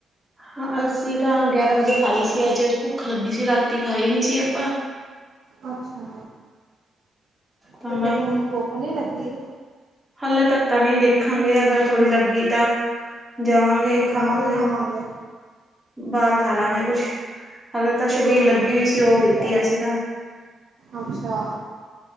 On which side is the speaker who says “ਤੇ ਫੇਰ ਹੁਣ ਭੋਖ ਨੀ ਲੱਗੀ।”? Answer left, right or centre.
Right